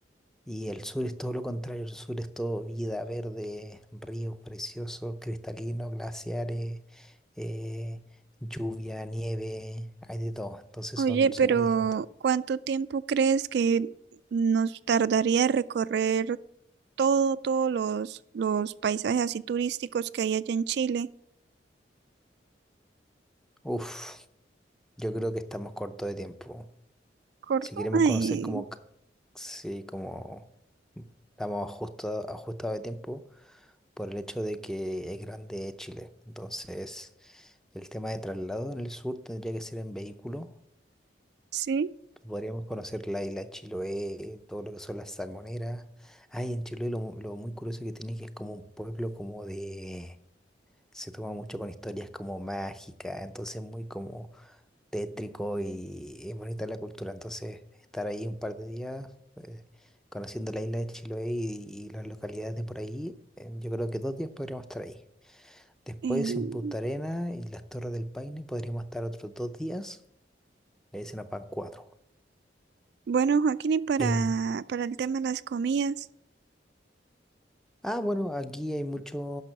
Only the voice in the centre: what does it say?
y el sur es todo lo contrario, el sur es todo vida, verde, ríos preciosos, cristalinos, glaciares, eh, lluvia, nieve, hay de todo. Entonces
son,
son muy distintos.
Uf, yo creo que estamos cortos de tiempo.
Si queremos conocer
como, c- sí, como estamos ajusta- ajustados de tiempo por el hecho de que es grande Chile. Entonces, el tema de traslado en el sur tendría que ser en vehículo.
Podríamos conocer la isla Chiloé, todo lo que son las salmoneras. Ay, en Chiloé lo, mu- lo muy curioso que tiene es que es como un pueblo como de... Se toma mucho con historias como mágicas, entonces muy como tétrico y es bonita la cultura. Entonces estar ahí un par de días eh, conociendo la isla de Chiloé y, y las localidades de por ahí, eh, yo creo que dos días podríamos estar ahí. Después
en Punta Arenas y las Torres del Paine podríamos estar otros dos días, le dicen a pan cuatro.
Eh,
Ah, bueno, aquí hay mucho,